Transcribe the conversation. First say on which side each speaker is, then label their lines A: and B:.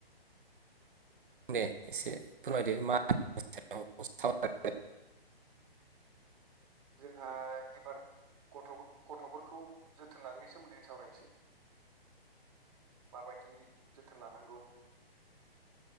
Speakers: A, on the right; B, on the right.
A: दे एसे फोरमायदो मा <unintelligible>
B: जोंहा एबार गथ' गथ'फोरखौ जोथोन लानायनि सोमोनदै सावरायनोसै माबायदि जोथोन लानांगौ